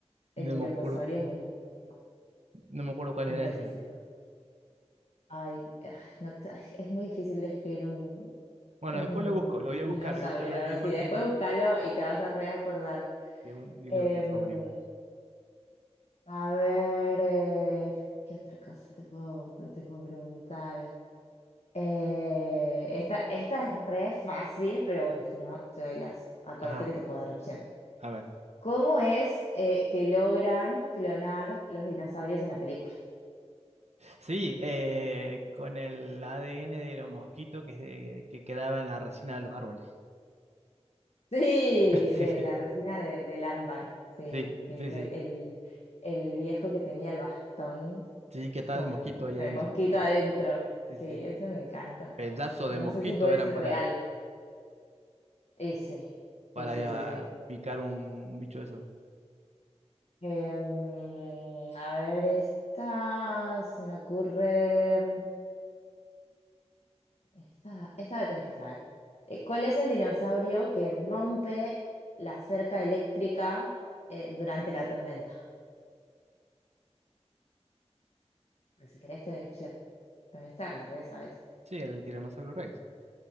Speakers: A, on the left; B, on the right.
A: El
B: no
A: diloposaurio
B: me acuerdo,
A: es buenísimo.
B: no me acuerdo cuál
A: Son
B: era
A: buenísimos.
B: ese.
A: Ay, ah, no te- ah, es muy difícil describir un,
B: Bueno,
A: un
B: después lo busco, lo voy
A: dinosaurio,
B: a buscar, voy a buscar la,
A: la
B: la
A: verdad.
B: imagen
A: Sí, después
B: de,
A: búscalo y te vas a reacordar.
B: de un diloposaurio.
A: Em, a ver, eh, ¿qué otra cosa te puedo, te puedo preguntar? Eh, esta, esta es re fácil, pero bueno, si no, te doy las. Acuérdate
B: Ajá,
A: que te puedo dar opciones.
B: a ver.
A: ¿Cómo es eh, que logran clonar los dinosaurios en la película?
B: Sí, eh, con el ADN de los mosquitos que, se- que quedaba en la resina de los árboles.
A: Sí,
B: <laughs>
A: de la resina de, del ámbar, sí,
B: Sí,
A: que
B: sí,
A: es
B: sí, sí.
A: el, el- el viejo que tenía el bastón
B: Sí, que estaba
A: con,
B: el mosquito
A: con
B: ahí adentro.
A: el mosquito adentro.
B: Sí,
A: Sí,
B: sí.
A: eso me encanta.
B: Pedazo
A: No
B: de mosquito
A: sé si puede
B: eran
A: ser
B: para,
A: real. Ese,
B: para
A: ese, ese, sí.
B: ah, picar un, un bicho de eso.
A: Em, a ver, esta se me ocurre. Esta, esta la tenés que saber. Eh, ¿Cuál es el dinosaurio que rompe la cerca eléctrica eh, durante la tormenta? Pero si querés, te doy opción. Pero esta la re sabes.
B: Sí, el tiranosaurio Rex.